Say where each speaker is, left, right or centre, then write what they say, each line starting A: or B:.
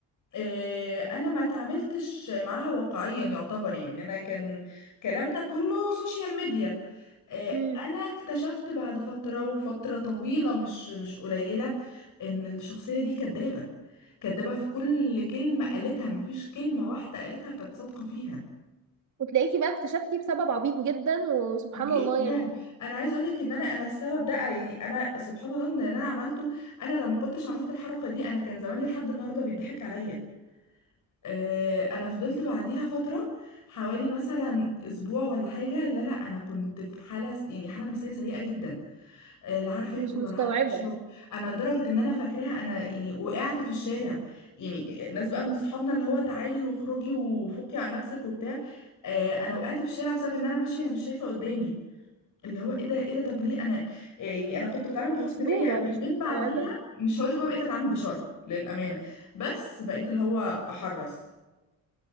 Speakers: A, on the left (about 55°); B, on the right (about 50°).
A: آه، انا ما تعاملتش معاها واقعيا يعتبر يعني انا كان كلامنا كله سوشيال ميديا آه،
B: امم
A: انا اكتشفت بعد فترة وفترة طويلة مش مش قليلة ان الشخصية دي كدابة كدابة في كل كلمة قالتها مفيش كلمة واحدة قالتها كانت صادقة فيها
B: وتلاقيكي بقى اكتشفتي بسبب عبيط جدا وسبحان
A: جدا
B: الله يعني
A: انا عايز اقولك ان انا انا السبب ده يعني انا سبحان الله ان انا عملته انا لو ما كنتش عملت الحركة دي انا كان زماني لحد النهاردة بيضحك عليا آه، انا فضلت بعديها فتره حوالي مثلا اسبوع ولا حاجه لا لا انا كنت في حاله س- يعني حاله نفسيه سيئه جدا آه، لا عارفه
B: مش
A: اكل
B: مستوعبة
A: ولا عارفه اشرب انا لدرجه ان انا فاكراها انا يعني وقعت في الشارع يعني ناس بقى من صحابنا اللي هو تعالي واخرجي وفوقي عن نفسك وبتاع آه، انا وقعت في الشارع بسبب ان انا ماشيه انا مش شايفه قدامي اللي هو ايه ده ايه ده طب ليه انا آه، يعني انا كنت بتعامل
B: مصدومة
A: بحسن نيه قوي
B: مش
A: من
B: مستوعبة
A: بعديها مش هقولك بقى بقيت اتعامل بشر للامانه بس بقيت اللي هو احرص